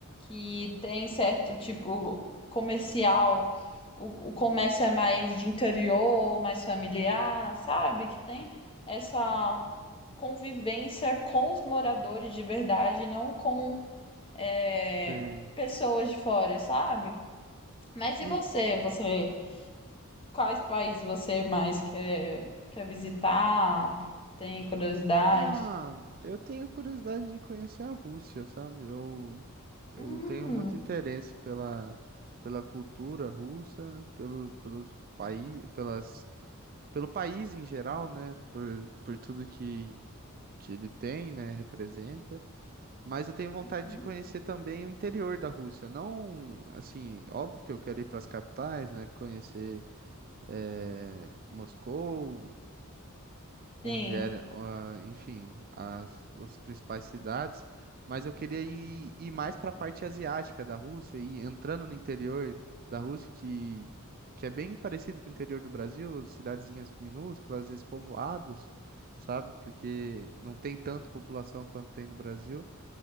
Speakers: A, on the left; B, on the right.
A: que tem certo tipo comercial. O, o comércio é mais de interior, mais familiar, sabe? Que tem essa convivência com os moradores de verdade, não com eh,
B: Sei.
A: pessoas de fora, sabe? Mas
B: E,
A: e você? Você. Quais países você mais quer, quer visitar? Tem curiosidade?
B: ah, eu tenho curiosidade de conhecer a Rússia, sabe? Eu, eu
A: Hum,
B: tenho muito interesse pela, pela cultura russa, pelo, pelos país, pelas, pelo país em geral, né? Por, por tudo que, que ele tem, né? Representa. Mas eu tenho vontade
A: uhum.
B: de conhecer também o interior da Rússia. Não, assim, óbvio que eu quero ir para as capitais, né? Conhecer, eh, Moscou. onde
A: Sim,
B: era, ah, enfim, as, as principais cidades, mas eu queria ir, ir mais para a parte asiática da Rússia e entrando no interior da Rússia, que, que é bem parecido com o interior do Brasil, cidadezinhas minúsculas, às vezes povoados, sabe? Porque não tem tanto população quanto tem no Brasil.